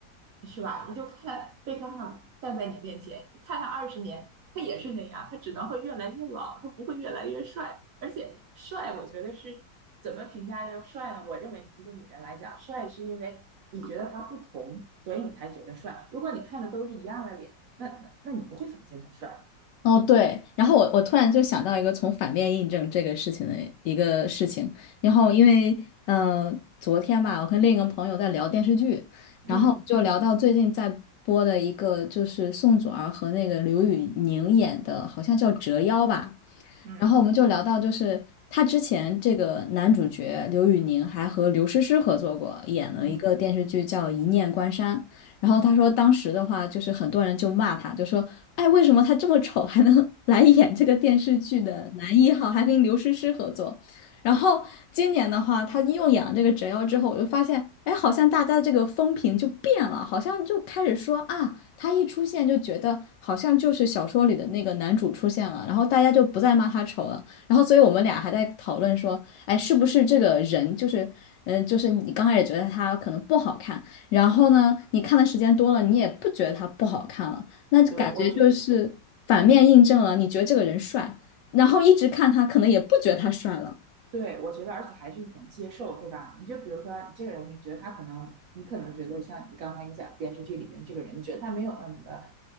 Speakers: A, on the right (about 70°); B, on the left (about 75°).
A: 是吧？你就看贝克汉姆站在你面前，你看他二十年，他也是那样，他只能会越来越老，他不会越来越帅。而且帅，我觉得是怎么评价叫帅呢？我认为一个女人来讲，帅是因为你觉得他不同，所以你才觉得帅。如果你看的都是一样的脸，那那那你不会发现他帅。
B: 哦，对，然后我我突然就想到一个从反面印证这个事情的一个事情，然后因为嗯，昨天吧，我跟另一个朋友在聊电视剧，
A: 嗯
B: 然后就聊到最近在播的一个就是宋祖儿和那个刘宇宁演的，好像叫《折腰》吧，
A: 嗯
B: 然后我们就聊到，就是他之前这个男主角刘宇宁还和刘诗诗合作过，演了一个电视剧叫《一念关山》。
A: 嗯
B: 然后他说，
A: 嗯
B: 当时的话就是很多人就骂他，就说：“哎，为什么他这么丑还能 <laughs> 来演这个电视剧的男一号，还跟刘诗诗合作？”然后今年的话，他又演了这个折腰之后，我就发现，哎，好像大家的这个风评就变了，好像就开始说啊。他一出现就觉得好像就是小说里的那个男主出现了，然后大家就不再骂他丑了。然后，所以我们俩还在讨论说，哎，是不是这个人就是，嗯，就是你刚开始觉得他可能不好看，然后呢，你看的时间多了，你也不觉得他不好看了，那感觉就是反面印证了你觉得这个人帅，
A: 对，我觉得
B: 然后一直看他，可能也不觉得他帅了。
A: 对，我觉得，而且还是一种接受，对吧？你就比如说，这个人，你觉得他可能，你可能觉得像你刚才你讲电视剧里面这个人，你觉得他没有那么的